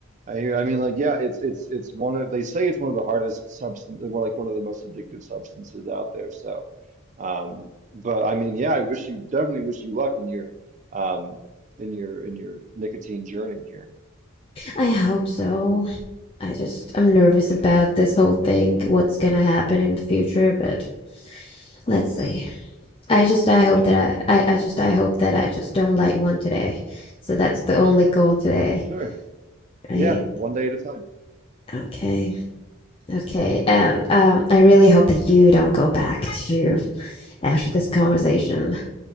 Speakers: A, on the right; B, on the left.
A: I hear. I mean, like, yeah, it's it's it's one of they say it's one of the hardest substance, or like one of the most addictive substances out there. So, um, but I mean, yeah, I wish you definitely wish you luck in your um in your in your nicotine journey here.
B: I hope so. I just, I'm nervous
A: Yeah,
B: about this whole thing, what's gonna happen in the future, but let's see. I just, I hope
A: yeah,
B: that I, I, I just, I hope that I just don't light one today. So that's the only goal today,
A: sure.
B: right?
A: Yeah, one day at a time.
B: Okay, okay. And um, I really hope that you don't go back to after this conversation.